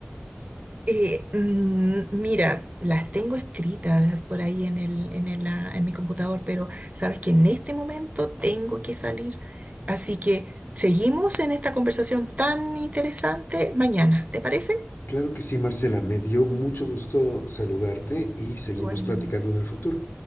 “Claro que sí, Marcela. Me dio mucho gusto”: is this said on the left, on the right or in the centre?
Left